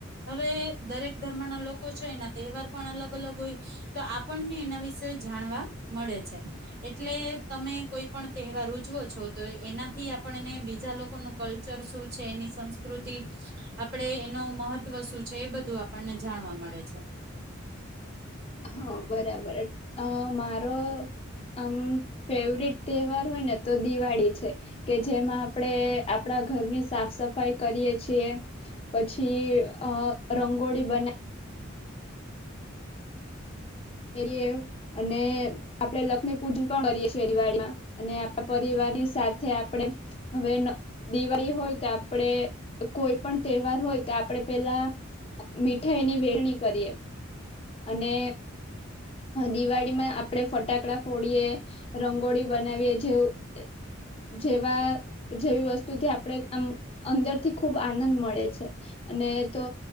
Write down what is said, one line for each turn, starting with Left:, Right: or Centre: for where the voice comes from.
Right: હવે દરેક ધર્મના લોકો છે એના તહેવાર પણ અલગ અલગ હોય તો આપણને એના વિશે જાણવા મળે છે એટલે તમે કોઈ પણ તહેવાર ઉજવો છો તો એનાથી આપણને બીજા લોકોનું કલ્ચર શું છે એની સંસ્કૃતિ આપણે એનું મહત્વ શું છે એ બધું આપણને જાણવા મળે છે.
Left: હા, બરાબર. અ મારો આમ ફેવરિટ તહેવાર હોય ને, તો દિવાળી છે કે જેમાં આપણે આપણા ઘરની સાફ- સફાઈ કરીએ છીએ, પછી અ રંગોળી બનાવી. એ, અને આપણે લક્ષ્મી પૂજન પણ કરીએ, છેરવાડીમાં અને આપણા પરિવારની સાથે આપણે, હવે દિવાળી હોય તો આપણેે કોઈ પણ તહેવાર હોય, તો આપણેે પેલા મીઠાઈની વેરણી કરીએ. અને દિવાળીમાં આપડે ફટાકડા ફોડીએ, રંગોળી બનાવીએ. જેવું જેવા જેવી વસ્તુથી આપણે આમ અંદરથી ખૂબ આનંદ મળે છે, અને તો